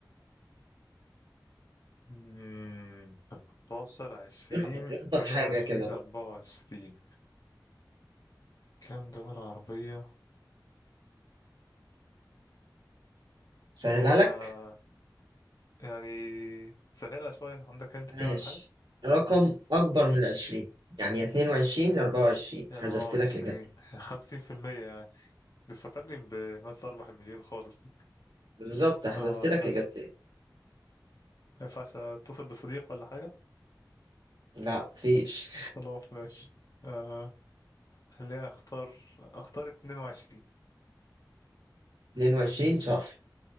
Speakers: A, on the left; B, on the right.
A: امم 15 20
B: اخبط اخبط
A: 22
B: حاجة كده بقى
A: 24 كام دولة عربية؟
B: سهلها
A: هو أنا
B: لك
A: يعني سهلها شوية عندك هنت
B: ماشي
A: كده ولا حاجة؟
B: رقم أكبر من العشرين يعني يا 22 يا 24
A: 24
B: حذفت لك إجابتين
A: 50% بيفكرني بمنسى أربح المليون خالص دي
B: بالظبط حذفت
A: آه
B: لك
A: ما
B: إجابتين
A: ينفعش أتصل بصديق ولا حاجة
B: لا فيش
A: خلاص ماشي آه خليني أختار أختار 22
B: <laughs> 22 صح